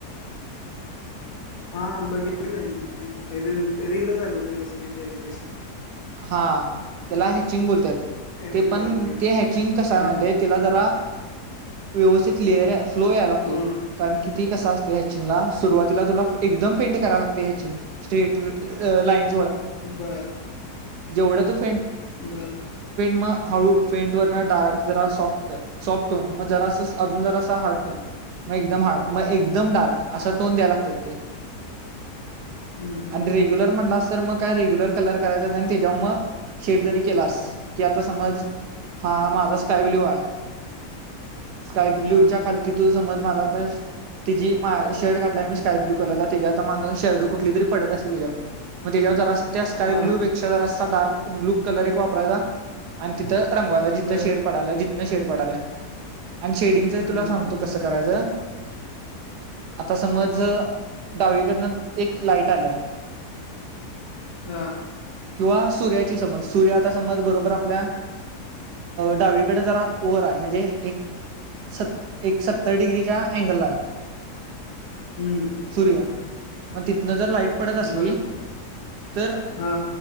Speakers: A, on the right; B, on the left.
A: <inaudible>
B: हा बघितलंय मी ते रील रीलच आलेली कसली तरी तशी.
A: हा त्याला हे... चिंग बोलतंय ते
B: रीललाच
A: पण
B: बघितलं
A: ते हचिंग कसा आहे
B: ह
A: माहि तिला जरा. व्यवस्थित लेअर फ्लो यायलागतोय
B: ह
A: कारणकी ते कसा असते हॅचिंग ला. सुरुवातीला तुला एकदम पेंट करायला लागतेिंग स्ट्रेट लाईन.
B: बर
A: जेवळ तु फेन......
B: बर
A: म. हळू फेंट वर न डार्क जरा सॉफ्ट सॉफ्ट होऊन मग जरा अजून जरा हारड्ट होन. मग एकदम हार्ड मग एकदम डार्क असा टोन द्याय लागतात ते.
B: हम्म हम्म
A: आणि रेग्युलर
B: हम्म
A: म्हटला अस तर मग काय रेग्युलर कलर करायचा. जेव म शेडजरी केलास की आता समज. हा माझा स्काय ब्ल्यू आहे स्काय ब्ल्यू
B: ह
A: च्या खालती तू समज मला आ तिझी शर्ट घातला मी. स्काय ब्लू कलरचा त्याच्यावर शेडू कुठली तरी पळत असते त्याच्यावर मग त्याच्यावर जरासा त्या स्काय
B: हा हा
A: ब्लू. त्याला असा डार्क ब्लू कलर एक वापरायचं आणि तिथ रंगवाचा
B: बर
A: जिथ शेड पडलाय.. न शेड पडाला आणि शेडिंगच
B: हम्म
A: तुला
B: हम्म
A: सांगतो
B: हम्म हम्म.
A: कसं करायचं. आता समज डावीकडनं एक लाईट आल्या.. <inaudible>
B: ह
A: क सूर्याची समज सूर्य आता समज बरोबर आपल्या डावीकडे जरा वर आहे. म्हणजे एक सत्तर डिग्रीच्या अँगला आहे.
B: हम्म
A: सूर्य मग तिथंन जर लाईट. पडत असली
B: बर
A: तर.
B: हा